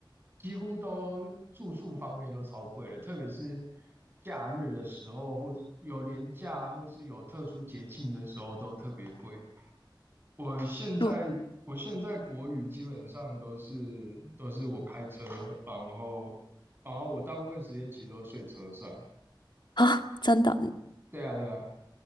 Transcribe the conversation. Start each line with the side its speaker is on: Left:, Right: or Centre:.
Right: 几乎都住宿方面都超贵了，特别是假日的时候，或有连假或是有特殊节庆的时候都特别贵。我现在我现在国旅基本上都是都是我开车，
Left: 就
Right: 然后然后我大部分时间其实都睡车上。
Left: 啊，真的，
Right: 对啊，对啊。